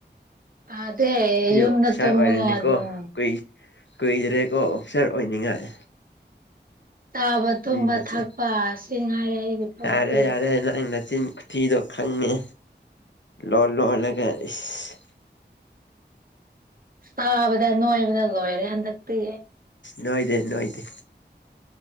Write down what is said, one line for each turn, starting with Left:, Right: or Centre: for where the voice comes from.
Right: ꯄꯥꯗꯦ
Left: ꯃꯤ
Right: ꯌꯨꯝꯗ
Left: ꯑꯣꯐꯤꯁꯥꯔ
Right: ꯇꯨꯝꯃꯒ
Left: ꯑꯣꯏꯔꯅꯤꯀꯣ
Right: ꯑꯗꯨꯝ
Left: ꯀꯨꯏ ꯀꯨꯏꯗ꯭ꯔꯦꯀꯣ ꯑꯣꯐꯤꯁꯥꯔ ꯑꯣꯏꯅꯤꯡꯉꯥꯏ
Right: ꯆꯥꯕ ꯇꯨꯝꯕ
Left: ꯃꯤ ꯃꯆꯥ
Right: ꯊꯛꯄ ꯁꯤ ꯉꯥꯏꯔꯦ ꯑꯩꯒꯤ ꯊꯕꯛꯇꯤ
Left: ꯌꯥꯔꯦ- ꯌꯥꯔꯦ ꯅꯪ ꯅꯆꯤꯟ ꯊꯤꯗꯣ ꯈꯪꯉꯦ ꯂꯣ ꯂꯣꯜꯂꯒ ꯏꯁ
Right: ꯇꯥꯕꯗ ꯅꯣꯏꯕꯗ ꯂꯣꯏꯔꯦ ꯍꯟꯗꯛꯇꯤ
Left: ꯅꯣꯏꯗꯦ - ꯅꯣꯏꯗꯦ